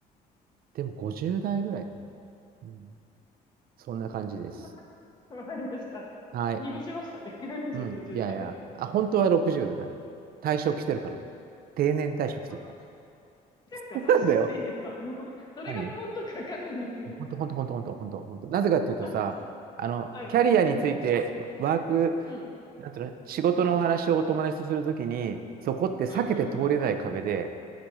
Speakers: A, on the right (about 60°); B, on the left (about 25°).
A: でも50代ぐらいかな。うん、そんな感じです。
B: <laughs> わかりました。
A: はい。
B: 濁しましたね。40、
A: うん。
B: 50代。
A: いやいや、あ、本当は60だけど、退職してるから。定年退職してるから。
B: あそうですかそれ信じていいんですかもう、
A: そうなんだよ。
B: どれが本当かわかんないんですけど。
A: 何本当、本当、本当、本当、本当、本当。なぜかっていうとさ、
B: あ
A: あの、
B: はい。
A: キャリアについて、ワーク、
B: うん。
A: なんていうの、仕事のお話をお友達とするときに、そこって避けて通れない壁で、
B: うんうんうん。